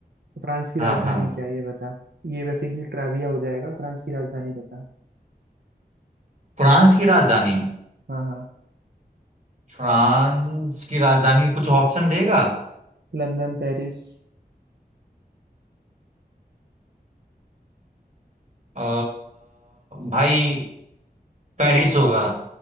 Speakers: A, on the right (about 85°); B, on the right (about 45°).
A: फ्रांस की राजधानी
B: हाँ हाँ
A: क्या है ये बता ये बेसिकली ट्राविया हो जाएगा फ्रांस की राजधानी बता
B: फ्रांस की राजधानी
A: हाँ हाँ
B: फ्रांस की राजधानी कुछ ऑप्शन देगा
A: London Paris
B: आ, भाई पेरिस होगा